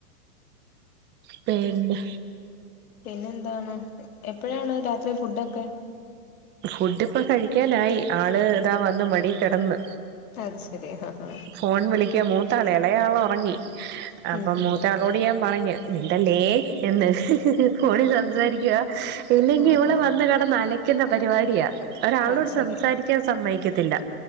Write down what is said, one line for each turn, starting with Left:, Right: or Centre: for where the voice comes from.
Right: പിന്നെ
Left: പിന്നെന്താണ് എപ്പഴാണ് രാത്രി ഫുഡൊക്കെ
Right: ഫുഡ് ഇപ്പ കഴിക്കാനായി ആള് ഇതാ വന്ന് മടി കെടന്ന്
Left: അത് ശരി ആഹാ
Right: ഫോൺ വിളിക്കാമോ ത്താള എളേയാള് ഒറങ്ങി അപ്പം
Left: ഉം
Right: മൂത്ത
Left: ഉം
Right: ആളോട് ഞാൻ പറഞ്ഞ് മിണ്ടല്ലേ എന്ന് ഫോണി സംസാരിക്കുവാ ഇല്ലെങ്കി
Left: ആഹാ
Right: ഇവള് വന്ന് കെടന്ന് അലക്കുന്ന പരിപാടിയാ ഒരാളോട്
Left: അത് ശരി
Right: സംസാരിക്കാൻ സമ്മതിക്കത്തില്ല